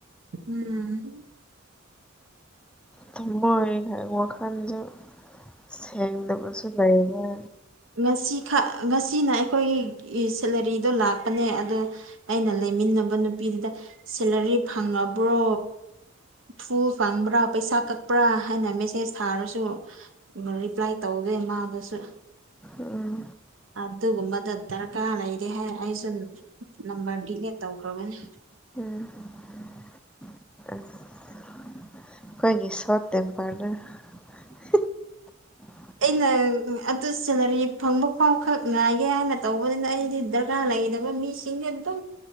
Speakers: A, on the right; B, in the centre.
A: ꯎꯝ
B: ꯊꯝꯃꯣꯏꯗ ꯋꯥꯈꯟꯖꯨ ꯁꯦꯡꯗꯕꯁꯨ ꯂꯩꯔꯦ
A: ꯉꯁꯤꯈ ꯉꯁꯤꯅ ꯑꯩꯈꯣꯏꯒꯤ ꯁꯦꯂꯥꯔꯤꯗꯣ ꯂꯥꯛꯄꯅꯦ ꯑꯗꯣ ꯑꯩꯅ ꯂꯩꯃꯤꯟꯅꯕ ꯅꯨꯄꯤꯗꯨꯗ ꯁꯦꯂꯔꯤ ꯐꯪꯉꯕ꯭ꯔꯣ ꯐꯨꯜ ꯐꯪꯕ꯭ꯔꯥ ꯄꯩꯁꯥ ꯀꯛꯄ꯭ꯔꯥ ꯍꯥꯏꯅ ꯃꯦꯁꯦꯖ ꯊꯥꯔꯁꯨ ꯔꯤꯄ꯭ꯂꯥꯏ ꯇꯧꯗꯦ ꯃꯥꯗꯨꯁꯨ
B: ꯎꯝ
A: ꯑꯗꯨꯒꯨꯝꯕꯗ ꯗꯔꯀꯥꯔ ꯂꯩꯔꯦ ꯍꯥꯏ ꯑꯩꯁꯨ ꯅꯝꯕꯔ ꯗꯤꯂꯦꯠ ꯇꯧꯈ꯭ꯔꯕꯅꯤ
B: <unintelligible> ꯈꯣꯏꯒꯤ ꯁꯣꯔꯠ ꯇꯦꯝꯄꯔꯗ <unintelligible>
A: ꯑꯩꯅ ꯑꯗꯨ ꯁꯦꯂꯔꯤ ꯐꯪꯕ ꯐꯥꯎꯈꯛ ꯉꯥꯏꯒꯦ ꯍꯥꯏꯅ ꯇꯧꯕꯅꯤꯅ ꯑꯩꯗꯤ ꯗꯔꯀꯥꯔ ꯂꯩꯗꯕ ꯃꯤꯁꯤꯡ ꯑꯩꯗꯤ ꯗꯨꯝ